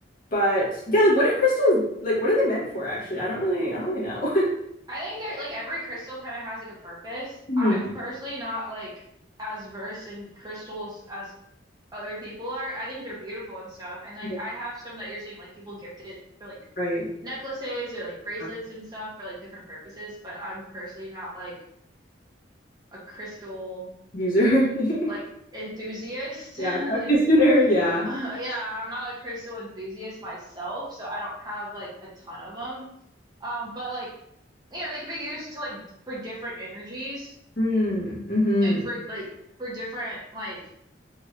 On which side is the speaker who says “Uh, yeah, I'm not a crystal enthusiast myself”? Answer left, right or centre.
Right